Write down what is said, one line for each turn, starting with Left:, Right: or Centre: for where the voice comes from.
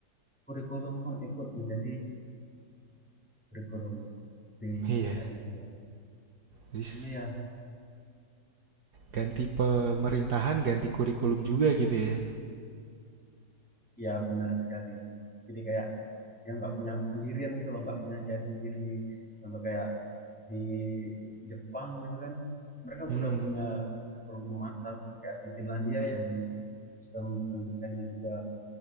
Centre: kurikulum pun ikut menjadi kurikulum B
Right: Iya,
Centre: kayak gitu.
Right: jadi s-
Centre: Iya,
Right: ganti pemerintahan, ganti kurikulum juga gitu ya.
Centre: Iya benar sekali. Jadi kayak yang nggak punya pendirian gitu loh, nggak punya jati diri. Contoh kayak di Jepang gitu kan, mereka
Right: Mm-mm,
Centre: sudah punya kurikulum yang mantap. Kayak di Finlandia ya yang sistem pendidikannya juga